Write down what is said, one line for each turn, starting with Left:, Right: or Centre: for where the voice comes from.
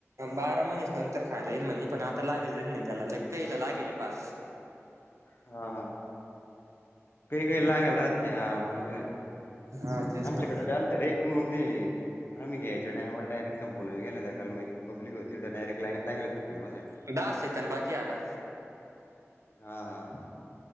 Right: बारा महिनेच नंतर खायला येईल म्हणे. पण आता लागेल रेन म्हणे त्याला. कहीला लागेल ए पहा.
Left: हा. काही काही लागेल राहत्या. हा बरोबरए.
Right: हा तेच
Left: आमच्याकड
Right: ना
Left: <unintelligible> अरे पण म ते आम्ही घ्यायच्या टायमाला डायरेक्ट संपूनच गेला त्या कलमी - ते पब्लिक होती तर डायरेक्ट लाईन लागेल होती कलमासाठी.
Right: हे दहाच सेकंद बाकीए आता.
Left: हा. हा.